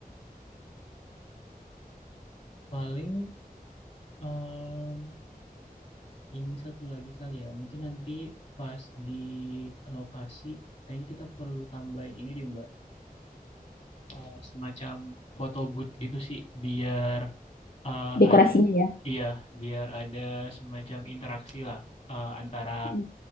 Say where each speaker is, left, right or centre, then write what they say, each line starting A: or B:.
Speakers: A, on the left; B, on the left.
A: paling em, ini satu lagi kali ya. Mungkin nanti pas di lokasi kayaknya kita perlu tambahin ini deh Mbak. Eh, semacam foto booth gitu sih biar eh,
B: Dekorasinya
A: ada
B: ya.
A: iya biar ada semacam interaksi lah eh, antara
B: Mm.